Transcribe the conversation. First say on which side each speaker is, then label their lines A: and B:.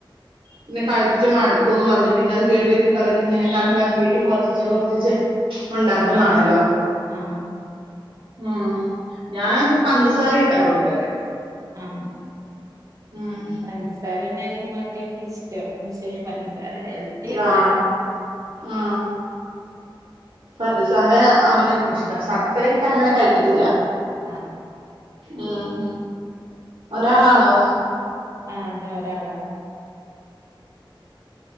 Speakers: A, on the right; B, on the right.
A: പിന്നെ കഴിച്ച് മട്ത്തൂന്ന് പർഞ്ഞു പിന്നെ അത് കേട് വര്ത്തി കളയുന്നതിനേക്കാളും ഭേതം വീട്ടി കൊർച്ചീച്ചെ കൊർച്ചീച്ചെ ഉണ്ടാക്കുന്നാണല്ലോ
B: ഉം ആഹ്
A: ആ ഞാൻ പഞ്ചസാര ഇട്ടാ കൊടുക്കല്
B: ആം
A: ഉം
B: പഞ്ചസാര തന്നെയായിരിക്കും ന ടോക്കെ ഇഷ്ടം പക്ഷെ <unintelligible> ഹെൽത്തി അല്ല
A: ആ ആ പഞ്ചസാര അവന് ഇഷ്ട ശർക്കര ഇട്ടാ അങ്ങനെ കഴിക്കത്തില്ല
B: ആഹ്
A: ഉം ഒരാളാണോ
B: ആന്നെ ഒരാളാ